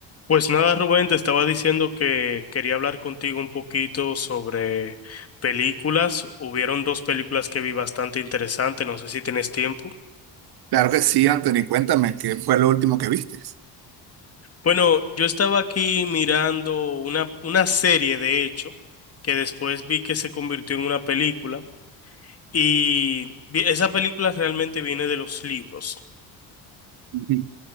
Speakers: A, on the left; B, on the right.
A: Pues nada, Rubén, te estaba diciendo que quería hablar contigo un poquito sobre películas. Hubieron dos películas que vi bastante interesantes, no sé si tienes tiempo.
B: Claro que sí, Anthony, cuéntame, ¿qué fue lo último que viste?
A: Bueno, yo estaba aquí mirando una, una serie, de hecho, que después vi que se convirtió en una película y vi- esa película realmente viene de los libros.
B: Ujú.